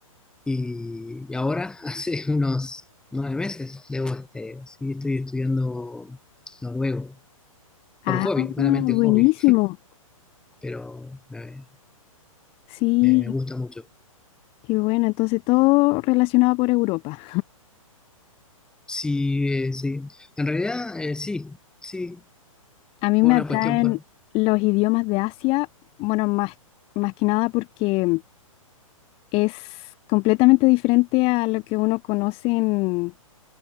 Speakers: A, in the centre; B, on the left.
A: Y, y ahora, <laughs> hace unos nueve meses, debo, este, sí, estoy estudiando noruego, por
B: Ah,
A: hobby, meramente
B: buenísimo.
A: hobby, pero me,
B: Sí.
A: me- me gusta mucho.
B: Qué bueno, entonces todo relacionado por Europa.
A: Sí, eh, sí, en realidad eh, sí, sí,
B: A mí
A: fue
B: me
A: una
B: atraen
A: cuestión por...
B: los idiomas de Asia, bueno, más, más que nada porque es completamente diferente a lo que uno conoce en,